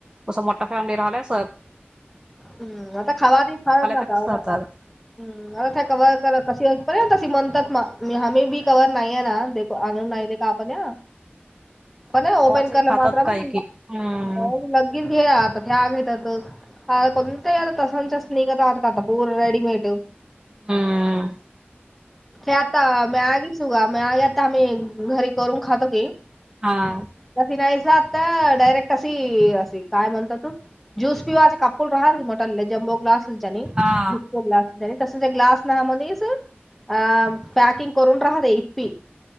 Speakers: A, on the right (about 20°); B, in the centre.
A: कसं मोठ्या फॅमिली राहिल्यायस.
B: हम्म आता खावा त खाच नाता
A: तर
B: आता
A: सरतात
B: हम् आता ते कवर करत. <unintelligible> कशी पण तशी म्हणतात मी ह मही बी कवर नाहीये ना दे आणून नाही दे का आपण या. <unintelligible> पण ओपन
A: गव्हाचे
B: करलं
A: खातात
B: मात.
A: काय की हम्म
B: <unintelligible> ते आता ते आग घेतात. <unintelligible> ह कोणते तसाच्या स् निघा आ काात पूर रेडीमेड. <unintelligible>
A: हम्.
B: हे आता <unintelligible> मी मँगीच काा मी आगी आता आम्ही घरी करून खातो की.
A: हा.
B: क नाहीच आता डायरेक्ट अशी असे काय म्हणत तू. <unintelligible> जुस पिवाचे कपल रहाी मोटरले ज्ो ग्लास. <unintelligible> नाही
A: हा
B: ग्ला तल त्या ग्लास नामध्येच. <unintelligible> अ पॅकिंग करून राहते इप्पी